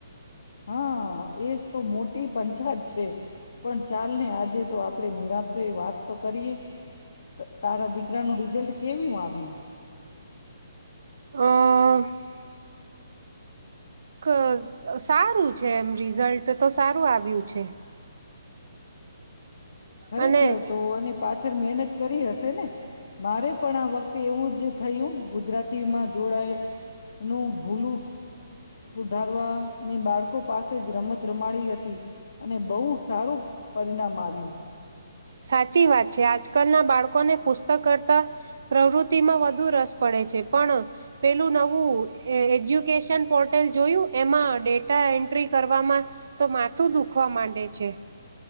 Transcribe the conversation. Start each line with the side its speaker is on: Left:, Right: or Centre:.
Left: હા એ તો મોટી પંચાપત છે પણ ચાલ ને આજે. તો આપણે નિરાંત એ વાત તો કરીએ તારા દીકરા નું રિઝલ્ટ કેવી આવ્યું.
Right: હ ક સારું છે એમ રિઝલ્ટ તો સારું આવે. આવ્યું છે.
Left: ખરેખર
Right: અને
Left: તો અને પાછળ મહેનત કરી હશે ને મારે પણ આ વખતે તેવું જ થયું ગુજરાતી માં જોડાય એનું ભૂલું સુધારવા ને બાળકો પાસે જ રમત રમાડી હતી અને બહુ સારું પરિણામ આવ્યું.
Right: સાચી વાત છે આજકાલના બાળકોને પુસ્તક કરતા પ્રવૃતિમાં વધુ રસ પડે છે પણ પેલું નવું એજ્યુકેશન પોર્ટલ જોયું એમાં ડેટા એન્ટ્રી કરવામાં તો માથું દુખવા માંડે છે.